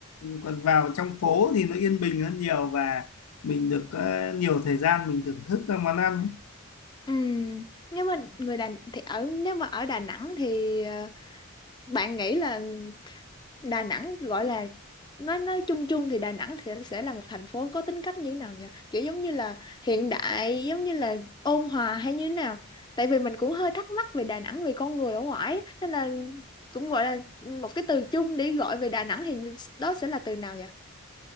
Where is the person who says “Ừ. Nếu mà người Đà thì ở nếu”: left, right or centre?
Left